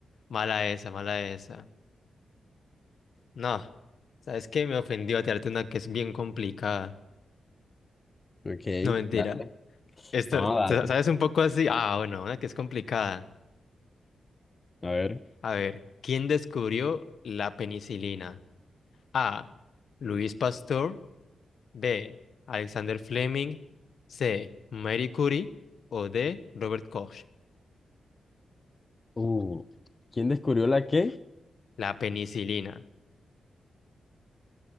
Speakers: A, on the left; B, on the left.
A: Mala esa, mala esa. No, ¿sabes qué? Me ofendió tirarte una que es bien complicada.
B: ok,
A: No, mentira.
B: dale.
A: Esto,
B: No, dale.
A: sa- ¿sabes un poco así? Ah, bueno, una que es complicada.
B: A ver.
A: A ver, ¿quién descubrió la penicilina? A. Luis Pasteur. B. Alexander Fleming. C. Marie Curie. O D. Robert Koch.
B: Uh, ¿quién descubrió la qué?
A: La penicilina.